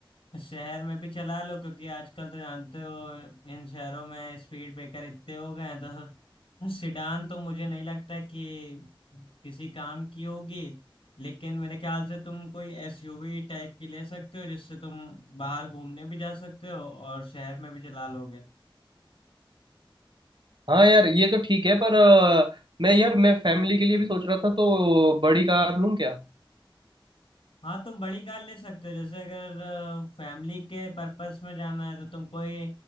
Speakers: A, on the left (about 75°); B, on the right (about 60°).
A: अ, शहर में भी चला लो क्योंकि आजकल तो जानते हो इन शहरों में स्पीड ब्रेकर इतने हो गए हैं तो सिडान तो मुझे नहीं लगता कि किसी काम की होगी लेकिन मेरे ख्याल से तुम कोई एसयूवी टाइप की ले सकते हो जिससे तुम बाहर घूमने भी जा सकते हो और शहर में भी चला लोगे
B: हाँ यार ये तो ठीक है पर अ, मैं यार मैं फैमिली के लिए भी सोच रहा था तो बड़ी कार लूँ क्या
A: हाँ तुम बड़ी कार ले सकते हो जैसे अगर फैमिली के पर्पस में जाना है तो तुम कोई